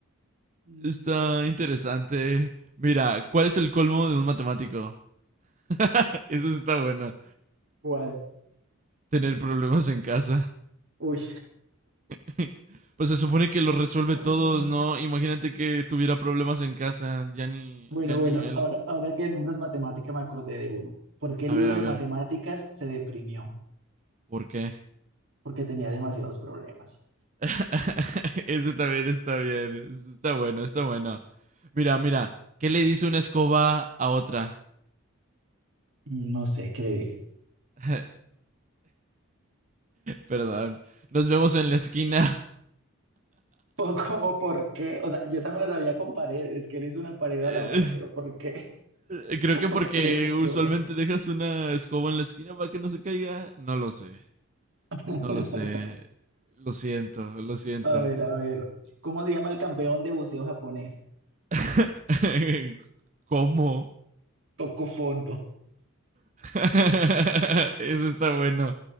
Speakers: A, on the right (about 60°); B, on the right (about 35°).
A: Mm,
B: Está interesante. Mira, ¿cuál es el colmo de un matemático? <laughs> Eso sí está bueno.
A: ¿Cuál?
B: Tener problemas en casa.
A: Uy,
B: <laughs> Pues se supone que lo resuelve
A: Ah,
B: todos, ¿no? Imagínate que tuviera problemas en casa. Ya ni,
A: Bueno,
B: ya
A: bueno,
B: ni él.
A: ahora, ahora que nombras matemática me acordé de uno. ¿Por qué el
B: A
A: libro
B: ver, a
A: de
B: ver.
A: matemáticas se deprimió?
B: ¿Por qué?
A: Porque tenía demasiados problemas.
B: <laughs> Ese también está bien. Está bueno, está bueno. Mira, mira. ¿Qué le dice una escoba a otra?
A: No sé qué le dice. <laughs>
B: <laughs> Perdón. Nos vemos en la esquina.
A: O como por qué, o sea, yo esa me la sabía con paredes, que le hizo una pared
B: <laughs>
A: a la otra, pero ¿por qué?
B: Eh, Creo
A: <laughs>
B: que
A: Porque
B: porque
A: una escoba.
B: usualmente dejas una escoba en la esquina para que no se caiga. No lo sé.
A: <laughs>
B: No lo sé. Lo siento, lo siento.
A: A ver, a ver. ¿Cómo se llama el campeón de buceo japonés?
B: <laughs> ¿Cómo?
A: Tocó fondo.
B: <laughs> Eso está bueno.